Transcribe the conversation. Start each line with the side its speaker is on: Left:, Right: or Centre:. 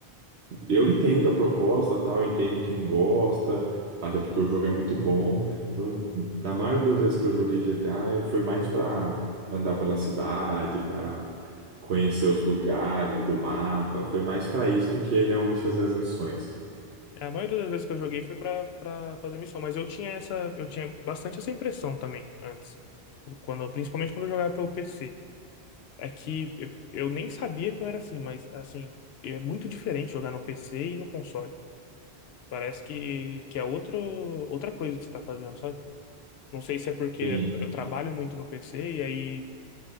Right: eu entendo a proposta, tal, eu entendo quem gosta, até porque o jogo é muito bom. Então, na maioria das vezes que eu joguei GTA, foi mais para andar pela cidade, para conhecer os lugares do mapa, foi mais para isso do que realmente fazer as missões.
Left: É, A maioria das vezes que eu joguei foi pra, pra fazer missão, mas eu tinha essa, eu tinha bastante essa impressão também antes. Quando, principalmente quando eu jogava pelo PC. É que eu, eu nem sabia que eu era assim, mas assim, é muito diferente jogar no PC e no console. Parece que, que é outro, outra coisa que você tá fazendo, sabe? Não sei se é porque
Right: Sim.
Left: eu trabalho muito no PC e aí